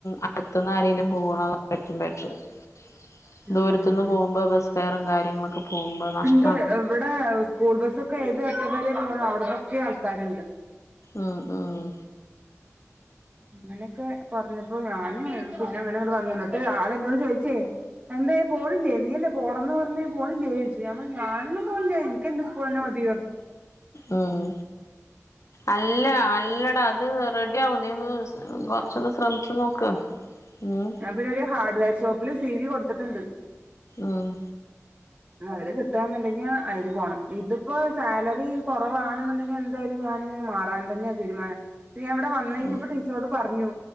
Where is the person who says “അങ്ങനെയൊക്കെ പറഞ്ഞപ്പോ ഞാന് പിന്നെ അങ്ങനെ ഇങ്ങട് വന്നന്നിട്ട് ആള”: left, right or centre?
Right